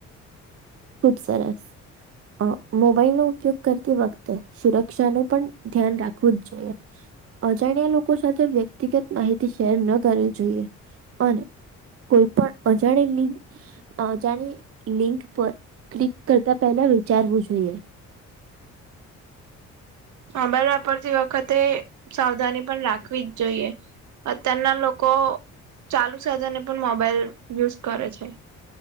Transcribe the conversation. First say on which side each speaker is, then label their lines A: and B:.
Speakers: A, on the right; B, on the right.
A: ખુબ સરસ અ મોબાઈલનો ઉપયોગ કરતી વખતે. સુરક્ષાનુ પણ ધ્યાન રાખવું જ જોઈએ. અજાણ્યા લોકો સાથે વ્યક્તિગત માહિતી શેર ન કરવી જોઈએ અન કોઈ પણ અજાણી લિંક અજાણી લિંક પર. ક્લિક કરતા પહેલા વિચારવું જોઈએ.
B: મોબાઈલ વાપરતી વખતે સાવધાની પણ રાખવી જ જોઈએ. અતના લોકો ચાલુ સાધાને ને પણ મોબાઈલ યુઝ કરે છે.